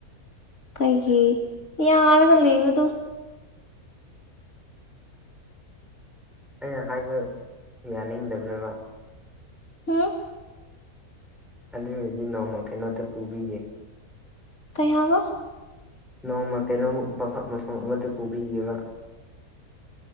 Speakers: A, on the left; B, in the centre.
A: ꯑꯩꯒꯤ ꯌꯥꯔꯒ ꯂꯩꯕꯗꯣ
B: ꯑꯩꯅ ꯍꯥꯏꯕ ꯌꯥꯅꯤꯡꯗꯕ꯭ꯔꯕ
A: ꯍꯝ
B: ꯑꯗꯨ ꯑꯣꯏꯔꯗꯤ ꯅꯣꯡꯃ ꯀꯩꯅꯣꯝꯇ ꯄꯨꯕꯤꯒꯦ
A: ꯀꯩ ꯍꯥꯏꯒ
B: ꯅꯣꯡꯃ ꯀꯩꯅꯣꯝꯃ ꯃ ꯃꯐꯝ ꯑꯃꯗ ꯄꯨꯕꯤꯈꯤꯕ